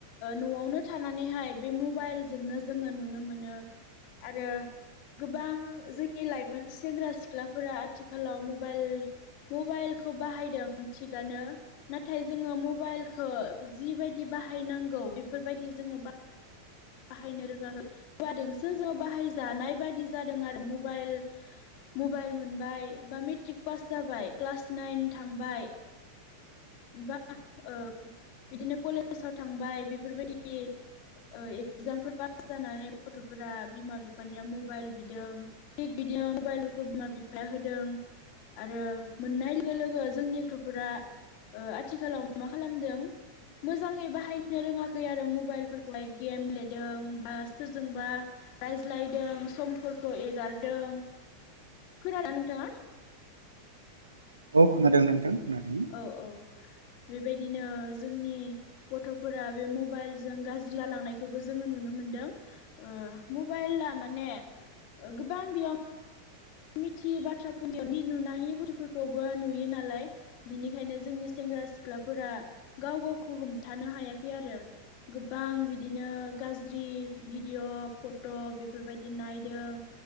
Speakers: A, on the left (about 45°); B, on the right (about 75°).
A: न'आवनो थानानैहाय बे मबाइलजोंनो जोङो नुनो मोनो आरो गोबां जोंनि लाइमोन सेंग्रा सिख्लाफोरा आथिखालाव मबाइल मबाइलखौ बाहायदों थिगानो नाथाय जोङो मबाइलखो जिबायदि बा बाहायनांगौ बेफोरबायदि जोङो बा बाहायनो रोङाखै मबाइल जोंसो जोङो बाहायजानाय बादि जादों आरो मबाइल मबाइल मोनबाय बा मेट्रिक पास जाबाय क्लास नाइन थांबाय बा ओ बिदिनो कलेसाव थांबाय बेफोरबायदि एगजामफोर पास जानानै गथ'फोरा बिमा बिफानिया मबाइल बिदों थिग बिदि बिदिनो मबाइलफोरखौ बिमा बिफाया होदों। आरो मोननाय लोगो लोगो जोंनि गथ'फोरा ओ आथिखालाव मा मा खालामदों। मोजाङै बाहायनो रोङाखै आरो मबाइलफोरखौहाय गेम लेदों बा सोरजोंबा रायज्लायदों समफोरखौ एगारदों। खोनादोंना नोंथाङा?
B: औ खोनादों नोंथां। खोनादों
A: औ औ बेबायदिनो जोंनि गथ' फोरा बे मबाइलजों गाज्रि जालांनायखोबो जोङो नुनो मो मोनदों मबाइला माने गोबां बेयाव मिथियै बाथ्राखौ नुनाङि नुनाङि बुस्थु'फोरखौबो नुयो नालाय बिनिखायनो जोंनि सें सेंग्रा सिख्लाफोरा गाव गावखौ हमथानो हायाखै आरो। गोबां बिदिनो गाज्रि भिडिअ' फट' बेफोरबायदि नायदों।